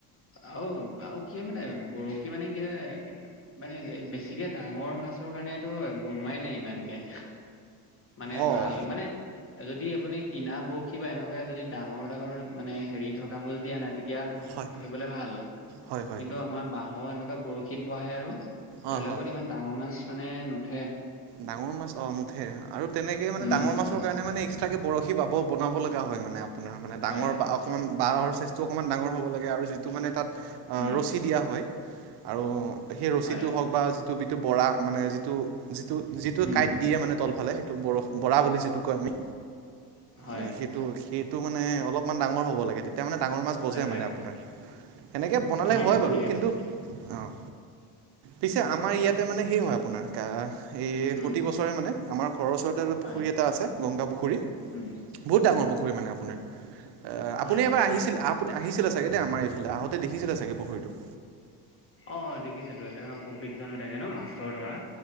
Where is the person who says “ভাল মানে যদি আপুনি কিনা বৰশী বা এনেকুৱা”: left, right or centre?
Left